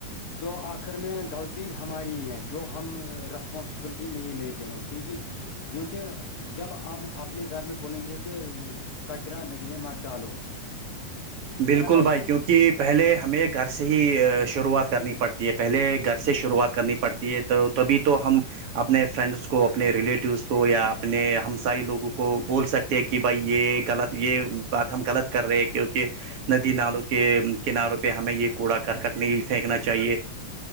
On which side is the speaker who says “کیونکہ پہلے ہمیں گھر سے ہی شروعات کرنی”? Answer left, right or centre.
Right